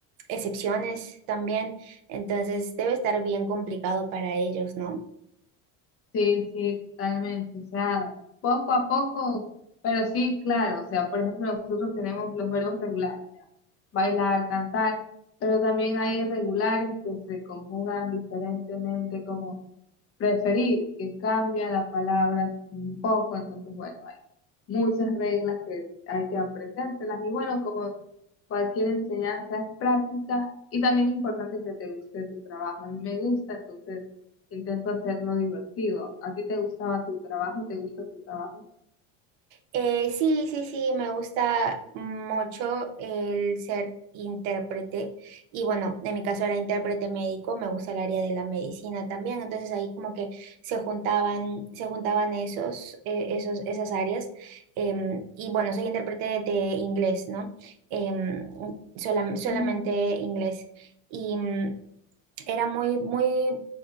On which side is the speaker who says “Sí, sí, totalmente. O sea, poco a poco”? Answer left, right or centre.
Left